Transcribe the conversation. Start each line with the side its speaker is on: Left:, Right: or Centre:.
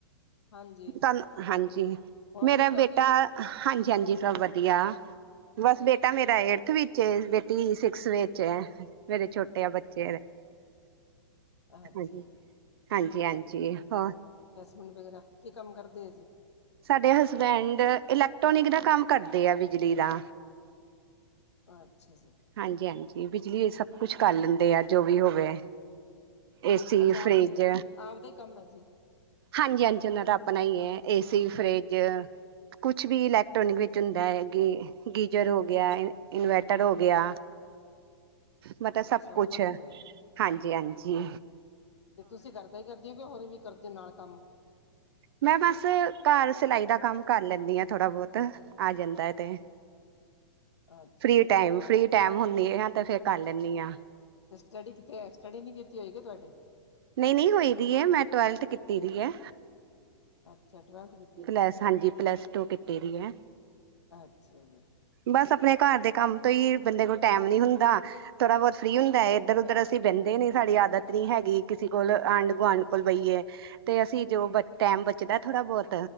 Left: ਹਾਂਜੀ
Right: ਤਾਨੂੰ ਹਾਂਜੀ
Left: ਹੋਰ
Right: ਮੇਰਾ
Left: ਠੀਕ ਹੋ
Right: ਬੇਟਾ
Left: ਜੀ
Right: ਹਾਂਜੀ-ਹਾਂਜੀ ਸਭ ਵਧੀਆ ਬਸ ਬੇਟਾ ਮੇਰਾ ਏਠਥ ਵਿਚ ਏ ਬੇਟੀ ਸਿਕਸ ਵਿਚ ਐ ਮੇਰੇ ਛੋਟੇ ਆ ਬੱਚ
Left: ਅੱਛਾ
Right: ਹਾਂਜੀ-ਹਾਂਜੀ-ਹਾਂਜੀ
Left: ਜੀ
Right: ਹੋਰ
Left: ਹੁਣ ਫੇਰ ਕੀ ਕੰਮ ਕਰਦੇ ਏ ਜੀ।
Right: ਸਾਡੇ ਹਸਬੈਂਡ ਇਲੈਕਟ੍ਰੋਨਿਕ ਦਾ ਕੰਮ ਕਰਦੇ ਆ ਬਿਜਲੀ ਦਾ
Left: ਅੱਛਾ ਜੀ।
Right: ਹਾਂਜੀ-ਹਾਂਜੀ ਬਿਜਲੀ ਸਭ ਕੁਛ ਕਲ ਲੈਂਦੇ ਆ ਜੋ ਵੀ ਹੋਵੇ। ਏਸੀ,
Left: ਅੱਛਾ
Right: ਫਰਿਜ
Left: ਆਪਦੇ ਆਪਦਾ ਹੀ ਕੰਮ ਐ ਜੀ।
Right: ਹਾਂਜੀ-ਹਾਂਜੀ ਉਨਾਂ ਦਾ ਆਪਣਾ ਈ ਐ ਏਸੀ, ਫਰਿਜ ਕੁਛ ਵੀ ਇਲੈਕਟ੍ਰੋਨਿਕ ਵਿੱਚ ਹੁੰਦਾ ਹੈ ਗੇ ਗੀਜ਼ਰ ਹੋ ਗਿਆ ਇਨਵਰਟਰ ਹੋ ਗਿਆ। ਮਤਬ ਸਭ
Left: ਚਲੋ
Right: ਕੁਛ
Left: ਵਧੀਆ
Right: ਹਾਂਜੀ-ਹਾਂਜੀ।
Left: ਤੇ ਤੁਸੀ ਘਰ ਦਾ ਈ ਕਰਦੇ ਹੋ ਕਿ ਹੋਰ ਵੀ ਕਰਦੇ ਨਾਲ ਕੰਮ
Right: ਮੈਂ ਬਸ ਘਰ ਸਿਲਾਈ ਦਾ ਕੰਮ ਕਰ ਲੈਂਦੀ ਹਾਂ ਥੋੜਾ ਬੋਤ ਆ ਜਾਂਦਾ ਤੇ
Left: ਅੱਛਾ
Right: ਫਰੀ
Left: ਜੀ
Right: ਟੈਮ-ਫਰੀ ਟੈਮ ਹੁੰਨੀ ਆ ਤੇ ਫਿਰ ਕਲ ਲੈਂਨੀ ਆਂ।
Left: ਤੇ ਸਟੱਡੀ ਕਿਥੇ ਆ ਸਟੱਡੀ ਨਈ ਕੀਤੀ ਹੋਈ ਕਿ ਤੁਆਡੇ
Right: ਨਈ-ਨਈ ਹੋਈ ਦੀ ਏ ਮੈਂ ਟਵੈਲਥ ਕੀਤੀ ਦੀ ਏ।
Left: ਅੱਛਾ ਟਵੈਲਥ ਕੀ
Right: ਪਲੱਸ ਹਾਂਜੀ ਪਲੱਸ ਟੂ ਕੀਤੀ ਦੀ ਐ।
Left: ਅੱਛਾ ਜੀ।
Right: ਬਸ ਆਪਣੇ ਘਰ ਦੇ ਕੰਮ ਤੋਂ ਈ ਬੰਦੇ ਕੋਲ ਟੈਮ ਨੀ ਹੁੰਦਾ। ਥੋੜਾ ਬੋਤ ਫਰੀ ਹੁੰਦਾ ਐ ਇੱਧਰ ਉੱਧਰ ਅਸੀਂ ਬੈਂਦੇ ਨੀ ਸਾਡੀ ਆਦਤ ਨੀ ਹੈਗੀ ਕਿਸੇ ਕੋਲ ਆਂਢ ਗੁਆਂਢ ਕੋਲ ਬਈਏ। ਤੇ ਅਸੀਂ ਜੋ ਬ ਟੈਮ ਬਚਦਾ ਥੋੜਾ ਬੋਤ